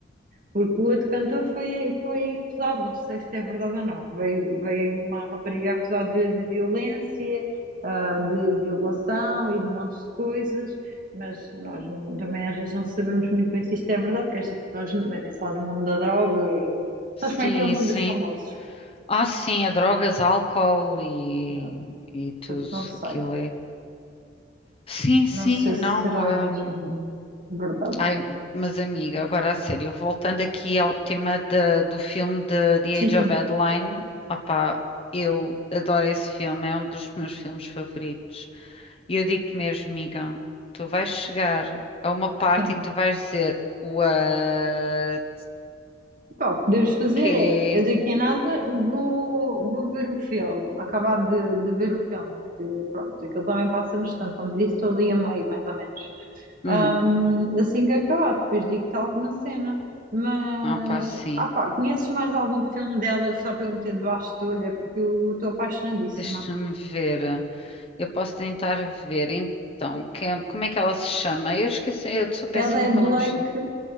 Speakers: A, on the right; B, on the left.
A: porque o outro cantor foi, foi acusado, não sei se é verdade ou não. Veio, veio uma rapariga acusada de, de violência, ah, de violação e de montes de coisas, mas nós não- também às vezes não sabemos muito bem se isto é verdade, porque estas pessoas metem-se lá no mundo da droga e.
B: Sim,
A: Sabes como é que é o mundo
B: sim.
A: dos famosos?
B: Ah, sim, é drogas, álcool e,
A: Ah,
B: e tudo
A: portanto, não sei.
B: aquilo é. Sim, sim,
A: Não sei
B: não.
A: se será mesmo
B: hum,
A: verdade.
B: Ai, mas amiga, agora a sério, voltando aqui ao tema da- do filme de The
A: Sim,
B: Age
A: sim,
B: of Adeline, opá, eu adoro esse filme, é um dos meus filmes favoritos. E eu digo-te mesmo, amiga, tu vais chegar a uma parte
A: sim.
B: em que tu vais dizer What?
A: Pá, o que podemos
B: O
A: fazer
B: quê?
A: é, eu daqui a nada vou, vou ver o filme, acabar de, de ver o filme. que, pronto, aquilo também passa no instante, como te disse, estou ali a meio, mais ou menos.
B: Hum,
A: Ahm, assim que acabar, depois digo-te alguma cena. Mas,
B: opá, sim.
A: ah pá, conheces mais algum filme dela só para eu meter debaixo da olho? É porque eu estou apaixonadíssima.
B: Deixa-me ver. Eu posso tentar ver. Então, que- é, como é que ela se chama? Eu esqueci, eu sou péssima
A: Ela é
B: com
A: Blake
B: nomes.